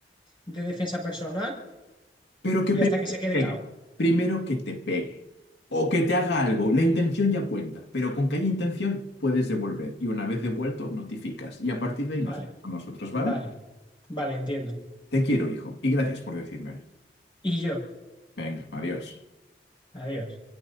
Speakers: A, on the left; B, on the left.
A: de defensa personal
B: Pero que
A: y
B: primero
A: hasta que se
B: que
A: quede
B: pegue,
A: cao.
B: primero que te pegue o que te haga algo, la intención ya cuenta, pero con que haya intención puedes devolver y una vez devuelto notificas y a partir de
A: Vale,
B: ahí nos vemos nosotros, ¿vale?
A: vale, vale, entiendo.
B: Te quiero, hijo, y gracias por decírmelo.
A: Y yo,
B: Venga, adiós.
A: adiós.